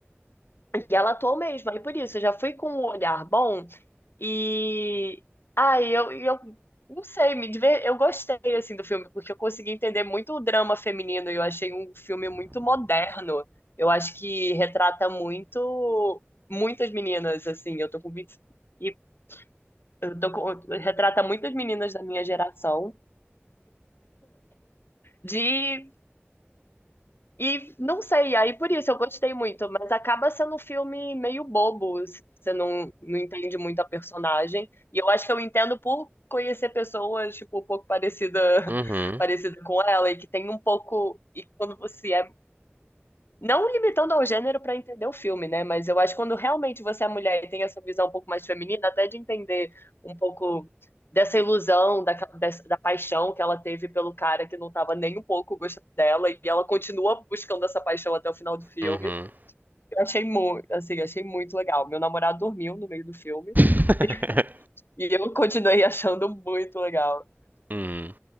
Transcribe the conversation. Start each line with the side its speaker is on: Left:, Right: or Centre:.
Left: e ela atuou mesmo. Aí por isso, eu já fui com um olhar bom e ai, eu, e eu não sei, me diver... eu gostei assim do filme porque eu consegui entender muito o drama feminino e eu achei um filme muito moderno. Eu acho que retrata muito muitas meninas assim, eu tô com vinte e eu tô com... retrata muitas meninas da minha geração de E não sei, aí por isso eu gostei muito, mas acaba sendo um filme meio bobo, se você não, não entende muito a personagem. E eu acho que eu entendo por conhecer pessoas, tipo, um pouco parecida,
Right: Uhum.
Left: <laughs> parecida com ela, e que tem um pouco. E quando você é não limitando ao gênero para entender o filme, né? Mas eu acho que quando realmente você é mulher e tem essa visão um pouco mais feminina, até de entender um pouco dessa ilusão, da, da paixão que ela teve pelo cara que não estava nem um pouco gostando dela e ela continua buscando essa paixão até o final do filme.
Right: Uhum.
Left: Eu achei muito, assim, achei muito legal. Meu namorado dormiu no meio do filme
Right: <laughs>
Left: <laughs> e eu continuei achando muito legal.
Right: Hum,